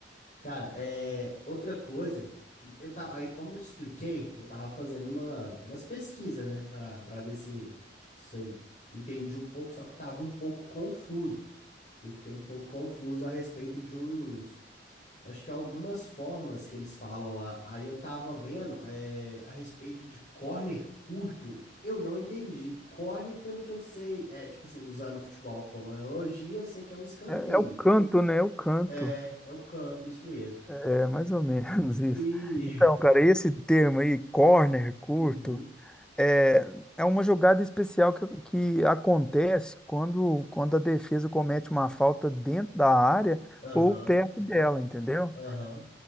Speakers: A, on the left; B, in the centre.
A: Cara, é, outra coisa, eu tá, aí como eu te expliquei, eu tava fazendo uma, umas pesquisas, né, Pra para ver se, se eu entendi um pouco, só que tava um pouco confuso. Eu fiquei um pouco confuso a respeito de uns, acho que algumas formas que eles falam lá. Aí eu tava vendo, é, a respeito de corner curto, eu não entendi. Corner, pelo que eu sei, é tipo assim, usando o futebol como analogia, eu sei que é um escanteio.
B: É é o canto, né? É o canto.
A: É, é o canto, isso mesmo.
B: É mais ou menos <laughs> isso.
A: E
B: Então,
A: <laughs>
B: cara, esse termo aí, corner curto,
A: Uhum.
B: É, é uma jogada especial que, que acontece quando, quando a defesa comete uma falta dentro da área
A: Aham.
B: ou perto dela, entendeu?
A: Aham.